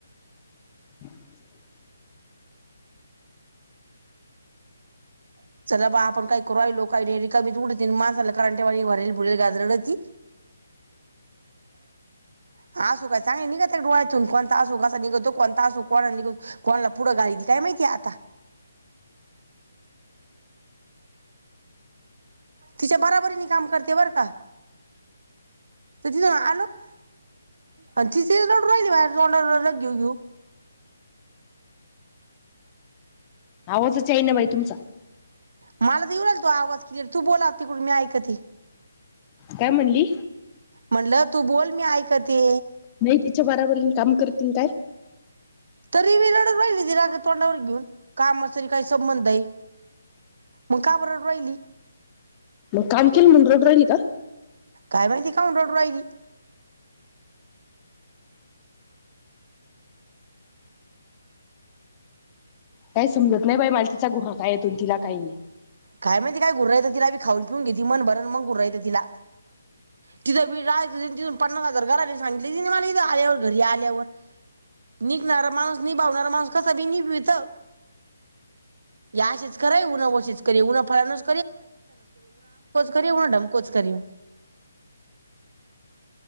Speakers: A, on the left (about 25°); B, on the right (about 60°).
A: <inaudible>
B: <unintelligible> पुढ घालिती काय माहिती आता तिच्या बराबरीन काम करत <unintelligible> आले बरं का <unintelligible>
A: आवाजच येईना बाई तुमचा
B: मला तर येऊ राहिला त्यो आवाज क्लिअर तू बोल आता मी ऐकते
A: काय म्हणली
B: म्हणलं तू बोल मी ऐकते
A: नाही तिच्या बाराबरीन काम करती आण काय
B: तरी बी रडत बसली तोंडावर रग घेऊन कामाचा अन् काय संबंध ये मग का बर रडू राहिली
A: मंग काम केलं म्हणून रडू राहिली का?
B: काय माहिती कामुन रडू राहिली
A: काय समजत नाही बाई मला तीच घुर काय येतो आण तिला काय?
B: काय माहिती काय घूर येत तिला बी खाऊन पिऊन घेती मनभरून मंग घूर येत तिला. <unintelligible> इथून तिथून पन्नास हजार गाऱ्हाणे सांगितलं तीन मला ईद आल्यावर घरी आल्यावर, निघणार माणूस निभावणारा माणूस कसही निभावीत ही अशीच कर उन <unintelligible> <unintelligible> कधी उनो आमकोच करी, उनो ढमकोच करी